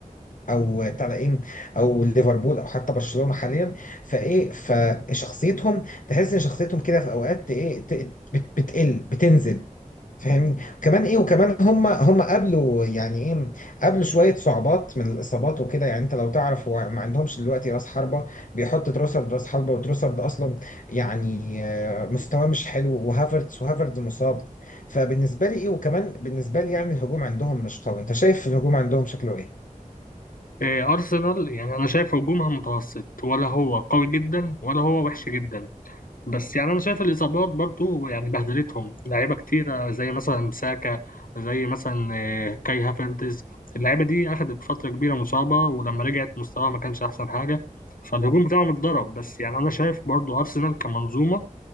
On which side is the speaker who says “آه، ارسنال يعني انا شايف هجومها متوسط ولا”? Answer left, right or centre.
Left